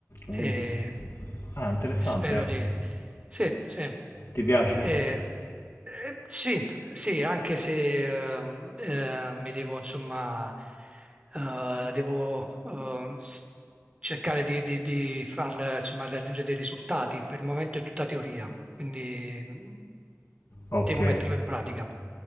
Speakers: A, on the right; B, on the left.
A: e
B: Mm. Ah, interessante.
A: spero di... Sì, sì.
B: Ti piace?
A: Eh, eh, sì, sì, anche se ehm, eh, mi devo, insomma, eh, devo eh, s- cercare di, di, di farla, insomma, raggiungere dei risultati. Per il momento è tutta teoria, quindi mh,
B: Ok,
A: devo metterlo in pratica.